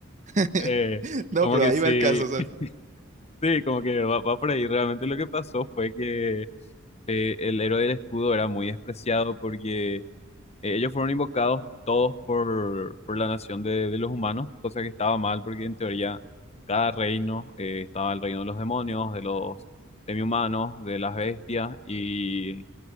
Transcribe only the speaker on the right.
<laughs>
No,
pero
ahí
va el caso, ¿sabes?